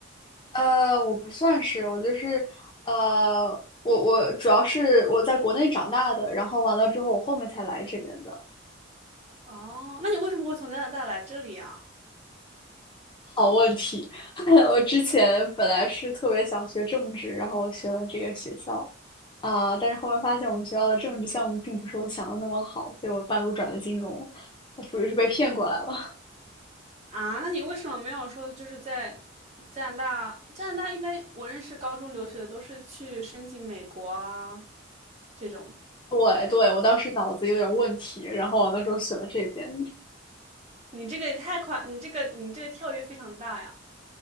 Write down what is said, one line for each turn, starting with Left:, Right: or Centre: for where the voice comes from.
Left: 呃，我不算是，我就是呃，我我主要是我在国内长大的，然后完了之后我后面才来这边的。
Right: 哦，那你为什么会从加拿大来这里啊？
Left: 好问题，<laughs> 我之前本来是特别想学政治，然后我学了这个学校啊，但是后面发现我们学校的政治项目并不是我想的那么好，所以我半路转了金融，我属于是被骗过来了。<laughs>
Right: 啊，那你为什么没有说就是在加拿大？加拿大一般我认识高中留学的都是去申请美国啊这种。
Left: 对对，我当时脑子有点问题，然后完了之后选了这边。
Right: 你这个也太快，你这个你这个跳跃非常大呀！